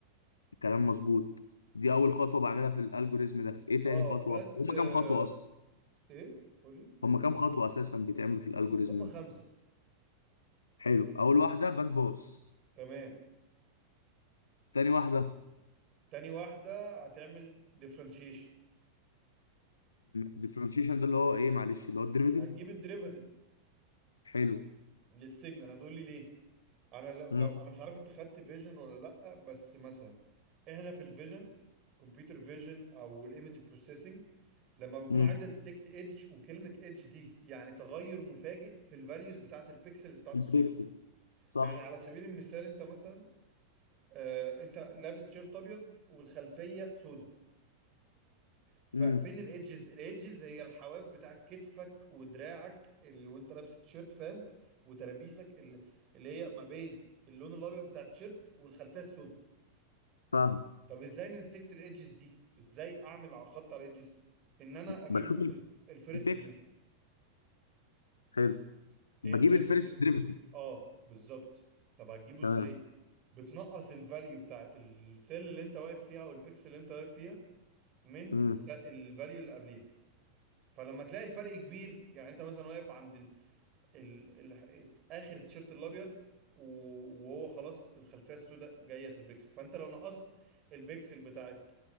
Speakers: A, on the left (about 75°); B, on the right (about 35°).
A: الكلام مظبوط دي اول خطوه بعملها في الالجوريزم ده ايه تاني
B: اه
A: خطوه
B: بس
A: هما
B: آه،
A: كام خطوه اصلا
B: ايه قولي
A: هما كام خطوه اساسا بيتعملوا في الالجوريزم
B: هم خمسة
A: ده حلو اول واحده باند باس
B: تمام
A: تاني واحده
B: تاني واحدة هتعمل ديفرنشيشن
A: ديفرنشيشن ده اللي هو ايه معلش اللي هو الديريفيتيف
B: هتجيب الديريفاتيف
A: حلو
B: للسيجنال هتقولي ليه انا لو, لو
A: امم
B: انا مش عارف انت خدت فيجن ولا لا بس مثلا احنا في الفيجن كمبيوتر فيجن او الايمج بروسيسنج لما بكون
A: امم
B: عايزه ديتكت ايدج وكلمه ايدج دي يعني تغير مفاجئ في الفاليوز بتاعت البيكسلز بتاعت
A: البيكسل
B: الصوره
A: صح
B: يعني على سبيل المثال انت مثلا آه انت لابس شيرت ابيض والخلفيه سوداء ففين
A: امم
B: الايدجز الايدجز هي الحواف بتاعت كتفك ودراعك اللي وانت لابس التيشيرت فاهم وترابيسك اللي, اللي هي ما بين اللون الابيض بتاع التيشيرت والخلفيه السوداء
A: فاهم
B: طب ازاي نديتكت الايدجز دي ازاي اعمل على خط على الايدجز ان انا اجيب
A: بشوف
B: الف... الفيرست
A: البيكسل
B: دريفل
A: حلو بجيب
B: ايه الفيرست
A: الفيرست
B: دريفل
A: ديريفيتيف
B: اه بالظبط طب هتجيبه
A: تمام
B: ازاي بتنقص الفاليو بتاعت السيل اللي انت واقف فيها او البيكسل اللي انت واقف فيها من
A: امم
B: الس... الفاليو اللي قبليها فلما تلاقي الفرق كبير يعني انت مثلا واقف عند ال... ال... اخر التيشيرت الابيض و- وهو خلاص الخلفيه السوداء جايه في البيكسل فانت لو نقصت البيكسل بتاعت